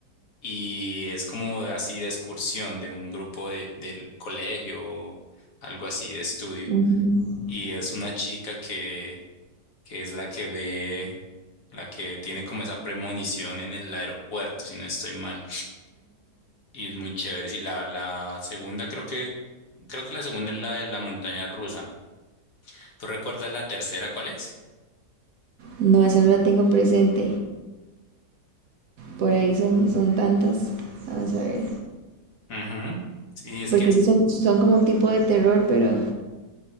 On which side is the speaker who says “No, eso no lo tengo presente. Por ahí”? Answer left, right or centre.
Right